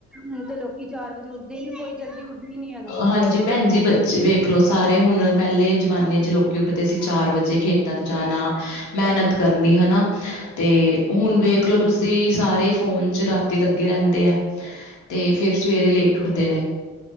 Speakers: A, in the centre; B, on the left (about 75°).
A: ਹੁਣ ਤੇ ਲੋਕੀ ਚਾਰ ਵਜੇ ਉੱਠਦੇ ਈ ਨੀ ਕੋਈ ਜਲਦੀ ਉੱਡਦਾ ਈ ਨੀ ਹੈਗਾ।
B: ਹਾਂਜੀ ਭੈਣ ਜੀ, ਬੱਚੇ ਵੇਖਲੋ ਸਾਰੇ ਹੁਣ ਪੈਹਲੇ ਜ਼ਮਾਨੇ ਚ ਲੋਕੀ। ਉੱਠਦੇ ਸੀ ਚਾਰ ਵਜੇ, ਖੇਤਾਂ ਚ ਜਾਨਾ, ਮੇਹਨਤ ਕਰਨੀ ਹੈਨਾ ਤੇ। ਹੁਣ ਵੇਖਲੋ ਤੁਸੀਂ ਸਾਰੇ ਈ ਫੋਨ ਚ ਰਾਤੀ ਲੱਗੇ ਰੈਹੰਦੇ ਐ। ਤੇ ਫੇਰ ਸਵੇਰੇ ਲੇਟ ਉਠਦੇ ਨੇ।